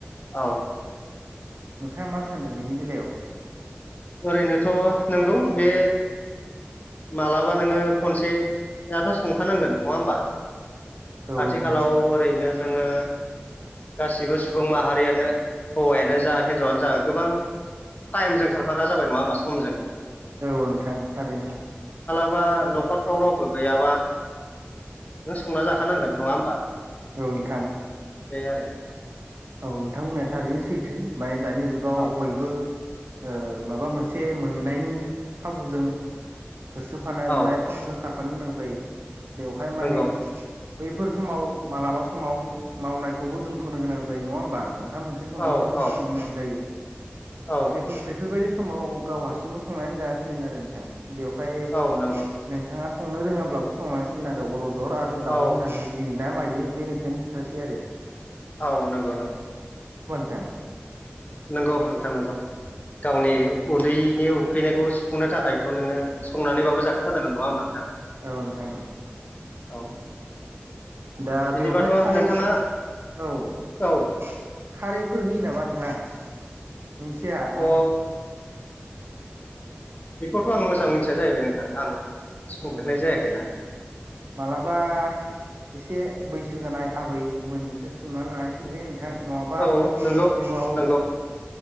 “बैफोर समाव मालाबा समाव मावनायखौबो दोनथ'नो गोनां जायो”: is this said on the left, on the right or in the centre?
Right